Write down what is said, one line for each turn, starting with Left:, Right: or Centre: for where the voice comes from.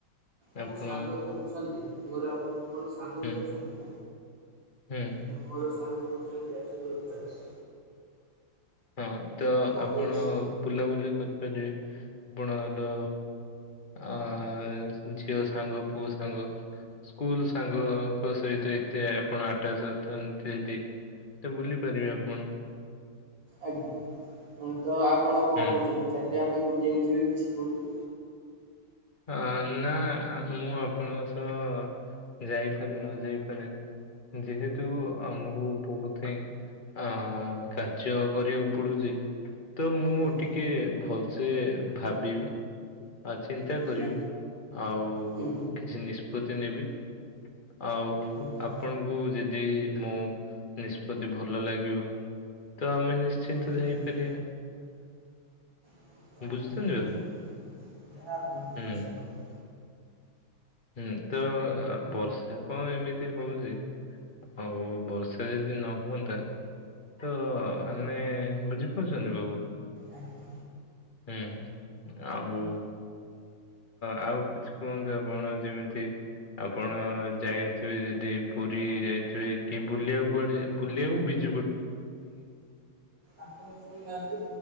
Right: ମୋ
Left: ଆପଣ
Right: ସାଙ୍ଗ ତ ଅଛନ୍ତି ମୋର ମୋର ସାଙ୍ଗ
Left: ହୁଁ
Right: ତ ଅଛନ୍ତି।
Left: ହୁଁ
Right: ମୁ ମୋର ସାଙ୍ଗ ହଉଛନ୍ତି ଆସୁତୋସ ଦାସ।
Left: ହଁ ତ
Right: ବୟାଶୀ
Left: ଆପଣ ବୁଲାବୁଲି କରିପାରିବେ ଆପଣର। ଆ ଝିଅ ସାଙ୍ଗ ପୁଅ ସାଙ୍ଗ। ସ୍କୁଲ ସାଙ୍ଗଙ୍କ ସହିତ ଏତେ ଆପଣ ଆଟାଚ ଅଛନ୍ତି ଯଦି। ତ ବୁଲି ପାରିବେ ଆପଣ।
Right: ଆଜ୍ଞା ତ ଆପଣ କଣ
Left: ହୁଁ।
Right: କହୁଛନ୍ତି କାଲି ଆମେ ବୁ ଜେନ୍ ଯିବା କିଛି କୋଉଠି।
Left: ହଁ ନା ମୁଁ ଆପଣଙ୍କ ସହ। ଯାଇପାରେ ନ ଯାଇପାରେ ଯେହେତୁ ଆମକୁ ବହୁତ ହିଁ। ଅ କାର୍ଯ୍ୟ କରିବାକୁ ପଡୁଛି। ତ ମୁଁ
Right: ଆଜ୍ଞା
Left: ଟିକେ ଭଲସେ ଭାବିବି ଆ ଚୀନ୍ ନ୍ତା
Right: ଆଜ୍ଞା
Left: କରିବି ଆଉ
Right: ହୁଁ
Left: କିଛି ନିଷ୍ପତ୍ତି ନେବି। ଆଉ
Right: ଆଜ୍ଞା
Left: ଆପଣଙ୍କୁ ଯେଦି ମୁଁ ନିଷ୍ପତ୍ତି ଭଲ ଲାଗିବ ତ ଆମେ ନିଶ୍ଚିନ୍ତ
Right: ହୁଁ,
Left: ଯାଇପାରିବା।
Right: ହଁ <unintelligible>
Left: ବୁଝୁଛନ୍ତି ବାବୁ? ହୁଁ।
Right: ଇଚ୍ଛା ରହିବ
Left: ହୁଁ ତ ବର୍ଷା କଣ ଏମିତି ହଉଛି? ଆଉ ବର୍ଷା ଯଦି ନହୁଅନ୍ତା ତ ଆମେ ବୁଝିପାରୁଛନ୍ତି ବାବୁ।
Right: ଆଜ୍ଞା
Left: ଊଁ ହୁଁ ଆଉ ଆଉ କିଛି କୁହନ୍ତୁ ଆପଣେ ଯେମିତି ଆପଣ ଯାଇଥିବେ ଯଦି ପୁରୀ ଯାଇଥିବେ କି ବୁଲିବାକୁ କୁଆଡେ ବୁଲିବାକୁବି।
Right: ଆପଣ ଶୁଣୁନାହାନ୍ତି